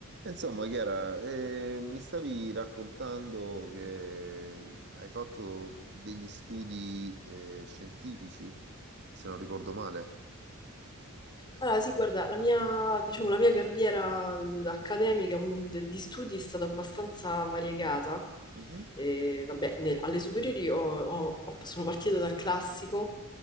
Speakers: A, on the right; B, on the left.
A: Insomma, Chiara, eh, mi stavi raccontando che hai fatto degli studi eh, scientifici, se non ricordo male.
B: Allora, sì, guarda, la mia, diciamo, la mia carriera eh, accademica mm, de- di studi è stata abbastanza variegata,
A: Mhm.
B: e, vabbè, ne- alle superiori ho- ho- ho- sono partita dal classico,